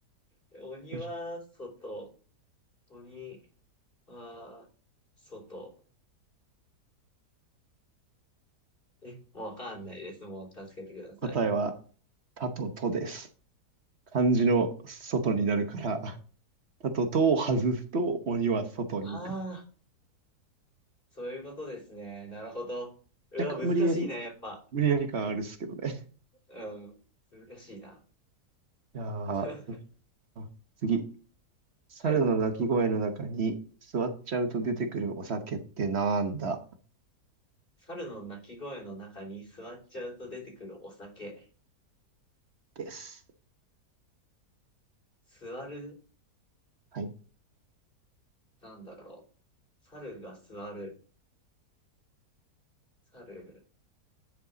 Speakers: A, on the left; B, on the right.
A: 鬼は外。
B: よし
A: 鬼は外。え、もうわかんないです。もう助けてください。
B: 答えは、たととです。漢字の外になるから、<laughs> たととを外すと鬼は外に行く。
A: ああー、そういうことですね。なるほど。うわ、
B: 若干無理やり、
A: 難しいな、やっぱ。
B: 無理やり感あるっすけどね。
A: うん。難しいな。
B: じゃあどうしよう次。
A: <laughs>
B: 猿の鳴き声の中に座っちゃうと出てくるお酒ってなんだ
A: はい。猿の鳴き声の中に座っちゃうと出てくるお酒。
B: です。
A: 座る
B: はい。
A: なんだろう。猿が座る。猿、